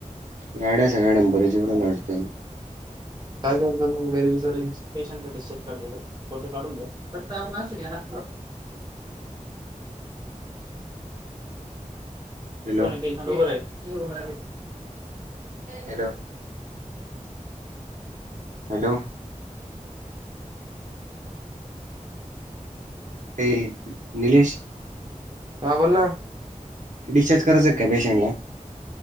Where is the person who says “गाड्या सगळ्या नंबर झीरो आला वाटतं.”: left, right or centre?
Right